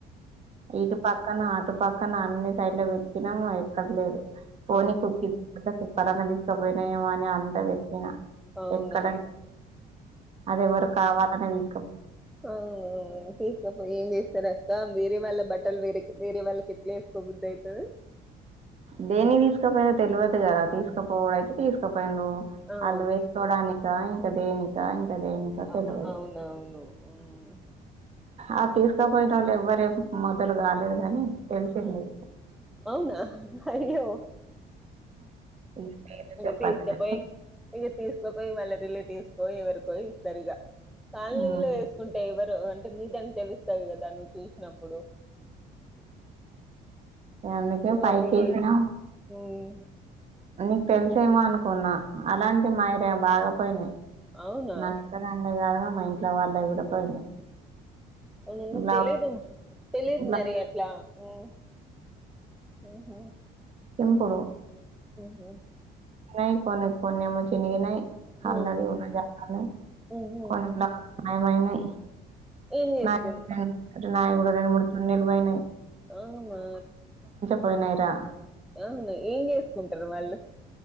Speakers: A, on the right (about 40°); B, in the centre.
A: ఇటు పక్కన అటు పక్ క్కన అన్ని సైడ్ ల వేతికినం ఎక్కడలేదు పోనీ
B: అవును.
A: కుక్ కుక్కలన్న తీసుకపోయినాయోమొ అని అంతా వెతికినా
B: అవునా
A: ఎక్కడ అది ఎవరోకావాలనే తీస్
B: అవునవును తీసుకపోయి ఏం చేస్తారక్క వేరే వాళ్ళ బట్టలు వేరే వేరే వాళ్ళకి ఎట్లా వేసుకోబుద్దిఅయితది
A: దేనికి తీసుకపోయినా పోయిల్లో తెలువది కదా తీసుకపోవుడయితే తీసుకుపోయిండు
B: అవును
A: వాళ్ళు వేసుకోడానిక ఇంకా దేనిక ఇంకా దేనిక
B: అ
A: తెలియదు
B: అవునవును మ్
A: ఆ తీసుకోపోయిన వాళ్ళు ఎవ్వరేం మొదలు కాలేదు గాని తెలిసింది
B: ఆ, అవునా అయ్యో
A: ఇక పేర్లు
B: ఇగ
A: చెప్పద్దు
B: తీస్కపోయి ఇగ తీస్ క పోయి వాళ్ళ రిలేటివ్స్కో ఎవరికో ఇస్తారు ఇగ కాలనీలో
A: మ్మ్
B: వేసుకుంటే ఎవరు అంటే నీదని తెలుస్ కదా నువ్వు చూసినప్పుడు
A: ఎందుకే
B: పోనీలే
A: పైకేశిన
B: ఉమ్
A: నీకు తెలిసేమో అనుకున్నా అలాంటి మాయిరే బాగా పోయినియ్
B: అవునా
A: నాత్తరాండ కాని మా ఇంట్లో వాళ్ళవి కూడా పోయినాయి
B: అవునవును
A: బ్లౌజ్
B: తెలీదు తెలీదు
A: బ్లౌజ్
B: మరి అట్లా ఉమ్ ఓహో
A: చంపుడు
B: ఓ
A: నై కొను కొన్నేమో చినిగిన్నాయి
B: ఉ
A: ఆల్రెడీ ఉన్నాజపాలా
B: ఉహు
A: కొన్ని మ మైనే
B: ఏం చేసుకున్
A: నా నై కూడా రెండు మూడు చున్నీలు పోయినై
B: ఆ ఆ
A: పోయినిరా
B: అవును ఏం చేసుకుంటారు వాళ్ళు